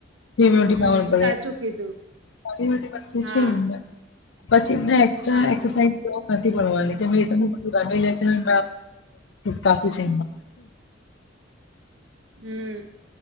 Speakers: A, on the left; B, on the right.
A: ઇમ્યુનિટી
B: હમ
A: પર પડે
B: સાચું કીધું
A: બધી વસ્તુ
B: હા
A: છે અંદર પછી એમને એક્સ્ટ્રા
B: હા
A: એક્સરસાઇઝ નથી ભણવાની કેે <unintelligible> છેને કાફી છે
B: હમ